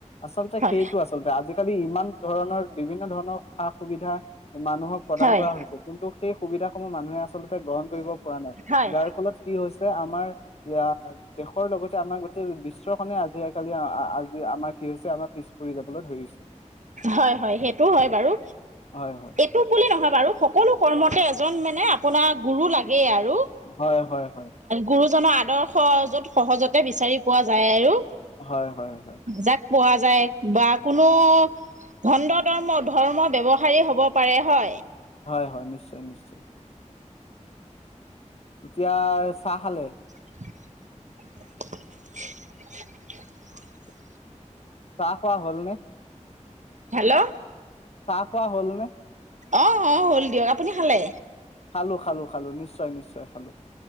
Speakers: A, on the left (about 55°); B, on the right (about 70°).
A: আচলতে
B: হয়
A: সেইটো আচলতে আজিকালি ইমান ধৰণৰ। বিভিন্ন ধৰণৰ সা সুবিধা মানুহক প্ৰদান
B: হয়
A: কৰা হৈছে কিন্তু সেই সুবিধা। মানুহে আচলতে গ্ৰহণ কৰিব পৰা নাই
B: হয়
A: যাৰ ফলত কি হৈছে আমাৰ। যে দেশৰ লগতে আমাৰ গোটেই বিশ্ব নে আজি কালি আজ যে আমাৰ কি হৈছে আমাৰ পিছ পৰিৰি যাবলৈ ধৰিছিল।
B: হয়- হয় সেইটো হয় বাৰু
A: হয় হয়
B: এইটো বুলি নহয় বাৰু। সকলো কৰ্মতে এজন মানে আপোনাৰ গুৰু লাগে আৰু,
A: হয় হয় হয়
B: গুৰুজননৰ আদৰ্শ য'ত সহজতে বিচাৰি পোৱা যায় আৰু
A: হয়-হয়-হয়।
B: যাক পোৱা যায়, বা কোনো ভণ্ড ধৰ্ম, ধৰ্ম ব্য্ৱসায়ী হব পাৰে হয়
A: হয়-হয়, নিশ্চয়-নিশ্চয়। এতিয়া চাহ খালে?
B: <inaudible>
A: চাহ খোৱা হ'ল নে?
B: হেল্ল'
A: চাহ খোৱা হল নে?
B: অঁ অ হ'ল দিয়ক। আপুনি খালে?
A: খালো-খালো-খালো, নিশ্চয়-নিশ্চয়, খালো।